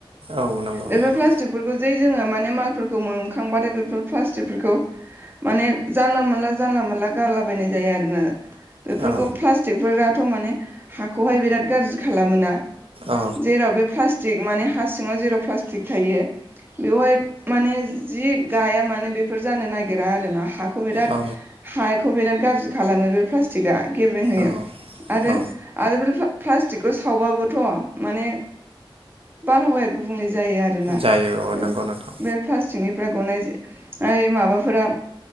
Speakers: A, on the right; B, on the right.
A: औ नंगौ
B: बेफोर
A: नोंथां।
B: प्लास्टिकफोरखौ जै जोङो माने मालफोरखौ मोनखांबाथाय बेफोर प्लास्टिकफोरखौ माने जानला मोनला जानला मोनला गारलाबायनाय जायो आरो ना बेफोरखौ
A: औ
B: प्लास टिक फोराथ' माने हाखौहाय बिराद गाज्रि खालामोना
A: औ
B: जेराव बे प्लास्टिक टिक माने हा सिङाव जेराव प्लास्टिक थायो बेवहाय माने जि गाया मानो बेफोर जानो नागिरा आरोना हाखौ बिराद
A: औ
B: हाखौ बिराद गाज्रि खालामो बे प्लास्टिकआ गेब्रेें होयो।
A: औ
B: आरो
A: औ
B: आरो बे प्लास्टिकखौ सावबाबोथ' माने बारहावाया गुबुंले जायो आरोना
A: जायो औ
B: बे
A: नंगौ नोंथां
B: प्लास्टिकनिफ्राय गनाय ओइ माबाफोरा